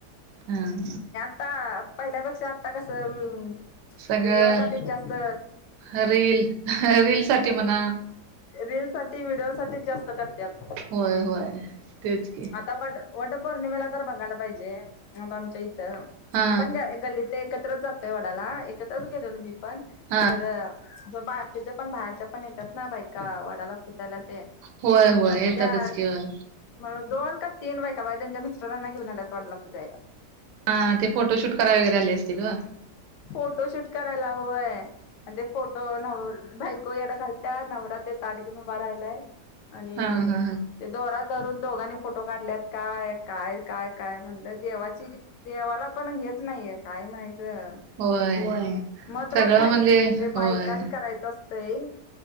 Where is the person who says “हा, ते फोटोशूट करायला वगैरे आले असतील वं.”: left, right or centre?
Right